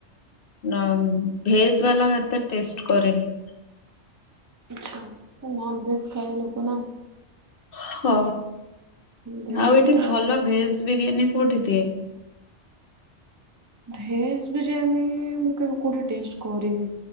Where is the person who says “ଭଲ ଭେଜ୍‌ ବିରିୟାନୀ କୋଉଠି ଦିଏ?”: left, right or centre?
Left